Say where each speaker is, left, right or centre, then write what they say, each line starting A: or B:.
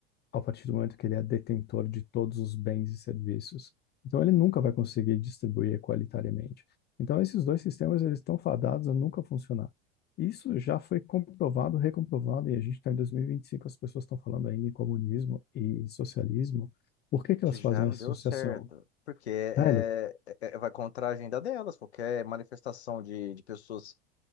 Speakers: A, on the left (about 30°); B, on the left (about 80°).
A: a partir do momento que ele é detentor de todos os bens e serviços. Então ele nunca vai conseguir distribuir equalitariamente. Então esses dois sistemas eles estão fadados a nunca funcionar. Isso já foi comprovado, recomprovado, e a gente está em 2025, as pessoas estão falando ainda em comunismo e socialismo. Por que que
B: que
A: elas
B: já
A: fazem
B: não
A: essa
B: deu
A: associação?
B: certo. Porque é,
A: Velho,
B: é- é- vai contra a agenda delas, qualquer manifestação de, de pessoas